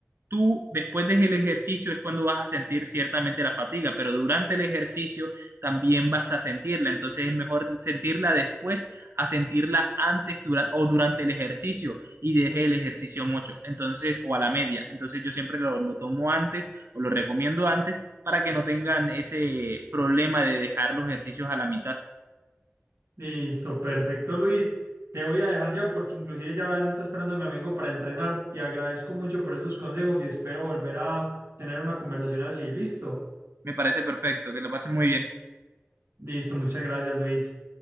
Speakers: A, on the right (about 70°); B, on the right (about 85°).
A: tú después del ejercicio es cuando vas a sentir ciertamente la fatiga, pero durante el ejercicio también vas a sentirla, entonces es mejor sentirla después a sentirla antes dura- o durante el ejercicio y deje el ejercicio mucho, entonces o a la media, entonces yo siempre lo, lo tomo antes o lo recomiendo antes para que no tengan ese problema de dejar los ejercicios a la mitad.
B: Listo, perfecto, Luis. Te voy a dejar ya porque inclusive ya me está esperando mi amigo para entrenar. Te agradezco mucho por esos consejos y espero volver a tener una conversación así. Listo.
A: Me parece perfecto, que lo pasen muy bien.
B: Listo, muchas gracias, Luis.